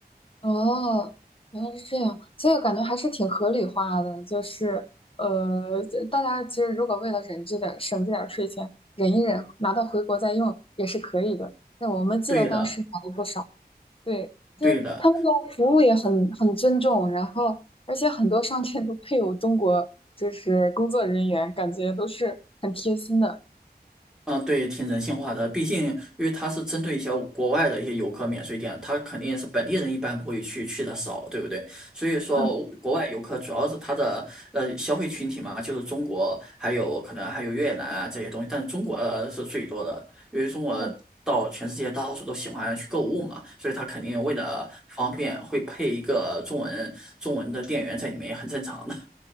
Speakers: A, on the left; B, in the centre.
A: 哦，原来是这样，所以我感觉还是挺合理化的，就是呃，大家其实如果为了忍这点儿省这点儿税钱，忍一忍，拿到回国再用也是可以的。那我们记得当时买了不少。
B: 对的，
A: 对，就是他们的服务也很很尊重，
B: 对的。
A: 然后而且很多商店都配有中国就是工作人员，感觉都是很贴心的。
B: 嗯，对，挺人性化的。毕竟，因为它是针对一些国外的一些游客免税店，它肯定是本地人一般不会去，去的少，对不对？所以说，
A: 嗯
B: 国外游客主要是它的呃消费群体嘛，就是中国，还有可能还有越南啊这些东西，但中国呃是最多的，因为中国到全世界到处都喜欢去购物嘛，
A: 嗯，
B: 所以它肯定为了方便会配一个中文中文的店员在里面，也很正常的。